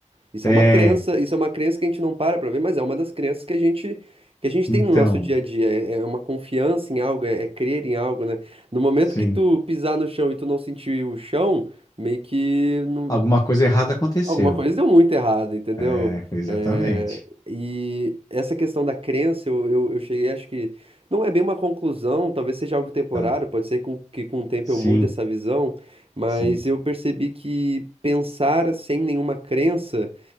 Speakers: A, on the right (about 45°); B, on the left (about 30°).
A: Isso
B: é,
A: é uma crença, isso é uma crença que a gente não para pra ver, mas é uma das crenças que a gente, que a gente
B: então,
A: tem no nosso dia a dia. É, é uma confiança em algo, é, é crer em algo, né? No momento
B: sim,
A: que tu pisar no chão e tu não sentir o chão, meio que não,
B: alguma coisa errada aconteceu.
A: Alguma coisa deu muito errado, entendeu?
B: É, exatamente,
A: É, e essa questão da crença, eu, eu, eu cheguei, acho que não é bem uma conclusão, talvez seja algo temporário,
B: tá?
A: pode ser com- que com o tempo
B: Sim,
A: eu mude essa visão, mas
B: sim.
A: eu percebi que pensar sem nenhuma crença